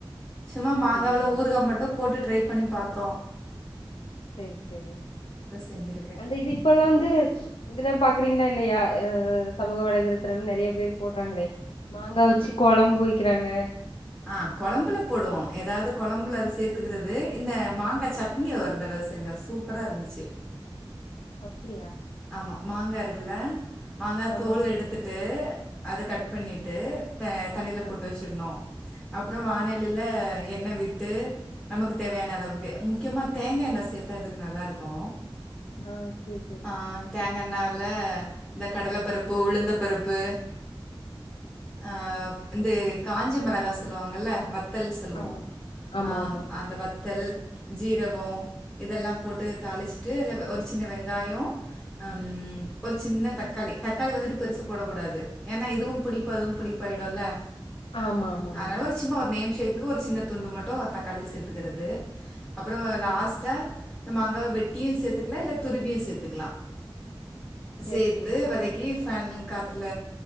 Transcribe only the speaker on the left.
செரி செரி
செரி செரி
அந்த இது இப்ப எல்லா வந்து இதெல்லாம் பா க்குறீங்ளா இல்லயா எ சமூக வலைதளத்தலல்லா நெறயா பேர் போடுறாங்களே மாங்கா வெச்சு கொழம்பு வெக் இருக்கிறாங்க
அப்படியா
ஆமா
ஆமா
ஆ
ஆ சேரி
ஆமா ஆமா
ஆமா
ஆமா ஆமா
ஆமா
செரி
செரி
செரி